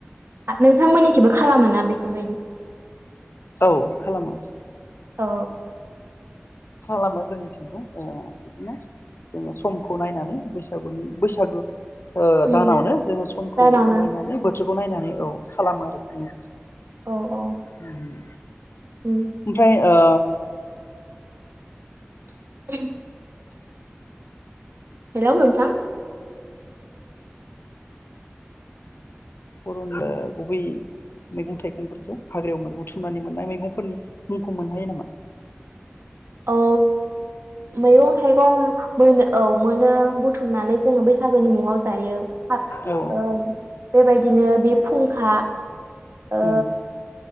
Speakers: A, on the right; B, on the left.
A: आ नोंथांमोननि खिबो खालामोना बेफोरबायदि
B: औ खालामो।
A: औ।
B: खालामो जोंनिथिंबो ओ बिदिनो जोङो समखौ नायनानै बैसागुनि बैसागु ओ
A: उम
B: दानावनो जोङो समखौ
A: जानावनो
B: नायनानै बोथोर खौ नायनानै औ खालामो आरो बिनो।
A: औ औ
B: उम।
A: उम
B: ओमफाय ओ
A: <unintelligible> हेलौ नोंथा
B: बर'नो ओ गुबै मेगं थाइगंफोरखौ हाग्रायावनो बुथुमनानै मोननाय मेगंफोरनि मुंखौ मोन हायो नामा?
A: ओ मैगं थाइगं मोन औ मोनो बुथुमनानै जोङो बैसा सागोनि मुङाव जायो ओ
B: औ
A: बेबायदि बिदिनो बे फुंखा ओ
B: उम